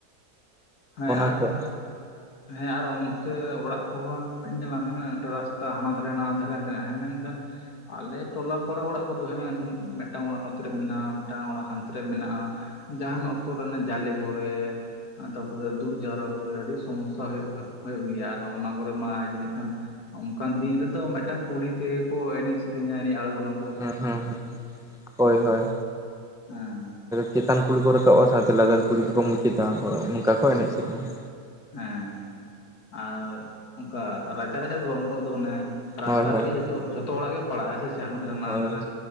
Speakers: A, on the left (about 80°); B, in the centre.
A: ᱦᱮᱸ ᱟᱨ
B: ᱠᱚ
A: ᱦᱮᱸ ᱟᱨ ᱚᱱᱛᱮ ᱚᱲᱟᱜ ᱠᱚᱦᱚᱸ, ᱧᱮᱞᱟᱢ ᱦᱟᱸᱜ ᱨᱟᱥᱛᱟ ᱦᱟᱱᱟ ᱫᱷᱟᱨᱮ ᱱᱟᱣᱟ ᱫᱷᱟᱨᱮ ᱢᱮᱱᱟᱜᱼᱟ᱾ ᱢᱮᱱᱠᱷᱟᱱ ᱟᱞᱮ ᱴᱚᱞᱟ ᱯᱟᱲᱟ ᱚᱲᱟᱜ ᱠᱚᱫᱚ ᱦᱮᱸ, ᱢᱤᱫᱴᱟᱝ ᱚᱲᱟᱜ ᱱᱚᱛᱮ ᱨᱮ ᱢᱮᱱᱟᱜᱼᱟ, ᱢᱤᱫᱴᱟᱝ ᱚᱲᱟᱜ ᱦᱟᱱᱛᱮ ᱨᱮ ᱢᱮᱱᱟᱜᱼᱟ᱾ ᱡᱟᱦᱟᱱ ᱚᱠᱛᱚ ᱨᱮ ᱚᱱᱟ ᱡᱟᱞᱮ ᱠᱚᱨᱮ ᱛᱟᱨᱯᱚᱨᱮ ᱫᱩᱠ ᱡᱟᱣᱨᱟ ᱠᱚᱨᱮ ᱟᱹᱰᱤ ᱥᱚᱢᱚᱥᱥᱟ ᱦᱳᱭᱳᱜ, ᱜᱮᱭᱟ ᱟᱨ ᱚᱱᱟ ᱠᱚᱨᱮ ᱢᱟ ᱡᱟᱹᱱᱤᱡ ᱠᱷᱟᱱ ᱚᱱᱠᱟᱱ ᱫᱤᱱ ᱨᱮᱫᱚ, ᱢᱤᱫᱴᱟᱝ ᱠᱩᱞᱦᱤ ᱛᱮᱜᱮ ᱠᱚ ᱮᱱᱮᱡ ᱥᱮᱨᱮᱧᱟ ᱮᱱᱮᱡ ᱟᱬᱜᱚᱱᱟ ᱠᱚ᱾
B: ᱦᱮᱸ, ᱦᱮᱸ, ᱦᱮᱸ, ᱦᱳᱭ ᱦᱳᱭ
A: ᱦᱮᱸ
B: ᱪᱮᱛᱟᱱ ᱠᱩᱞᱦᱤ ᱠᱚ ᱨᱟᱠᱟᱵᱟ ᱥᱟᱶᱛᱮ ᱞᱟᱛᱟᱨ ᱠᱩᱞᱦᱤ ᱨᱮᱠᱚ ᱢᱩᱪᱟᱹᱫᱟ, ᱚᱱᱠᱟ ᱠᱚ ᱮᱱᱮᱡ ᱥᱮᱨᱮᱧᱟ᱾
A: ᱦᱮᱸ ᱟᱨ ᱚᱱᱠᱟ ᱨᱟᱪᱟ, ᱨᱟᱪᱟ ᱫᱚ ᱵᱟᱝ ᱩᱱᱠᱩᱣᱟᱜ ᱫᱚ ᱚᱱᱮ ᱨᱟᱥᱛᱟ
B: ᱦᱳᱭ ᱦᱳᱭ
A: ᱨᱮᱜᱮ ᱡᱚᱛᱚ ᱡᱷᱚᱛᱚ ᱚᱲᱟᱜ ᱜᱮ ᱯᱟᱲᱟᱜᱼᱟ, ᱥᱮ ᱡᱟᱦᱟᱸ ᱫᱷᱟᱨᱮ ᱱᱟᱣᱟ
B: ᱦᱳᱭ
A: ᱫᱷᱟᱨᱮ